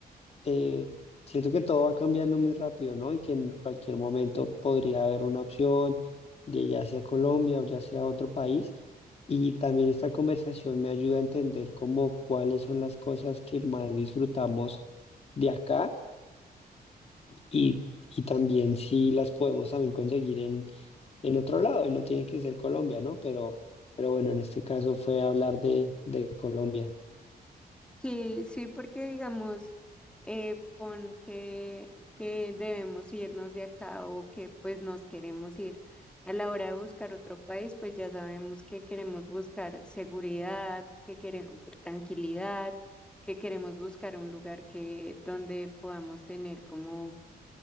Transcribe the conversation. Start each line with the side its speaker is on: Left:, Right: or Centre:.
Left: eh, siento que todo va cambiando muy rápido, ¿no? Y que en cualquier momento podría haber una opción de ya sea Colombia o ya sea otro país. Y también esta conversación me ayuda a entender como cuáles son las cosas que más disfrutamos de acá y, y también si las podemos también conseguir en, en otro lado. Y no tiene que ser Colombia, ¿no? Pero, pero bueno, en este caso fue hablar de, de Colombia.
Centre: Sí, sí, porque digamos, eh, pon que, que debemos irnos de acá o que pues nos queremos ir. A la hora de buscar otro país, pues ya sabemos que queremos buscar seguridad, que queremos tranquilidad, que queremos buscar un lugar que donde podamos tener como,